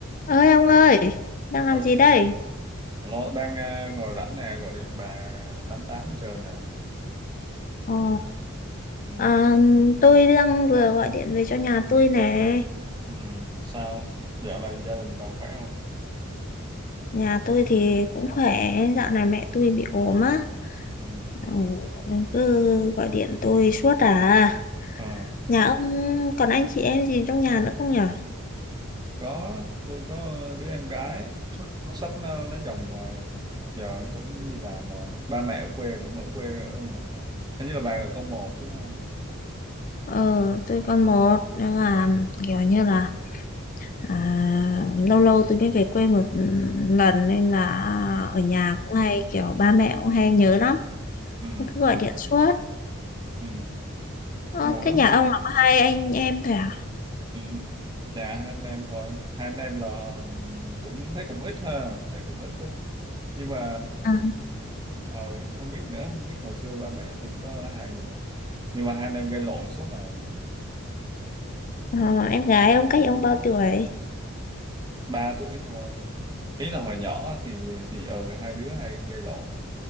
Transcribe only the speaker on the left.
ơi ông ơi đang làm
gì đây
ồ
à, tôi đang vừa gọi điện về cho nhà tôi nè
nhà tôi thì cũng khỏe dạo này mẹ tôi bị ốm á
ừ, nên cứ gọi điện tôi suốt à
nhà ông còn anh chị em gì trong nhà nữa không nhở
ờ tôi còn một nhưng mà kiểu như là à, lâu lâu tôi mới về quê một lần nên là
ở nhà cũng hay kiểu ba mẹ cũng hay nhớ lắm
cứ gọi điện suốt
Ờ,
thế nhà ông là có hai anh em thôi à?
Ừ.
Ờ, em gái ông cách ông bao tuổi?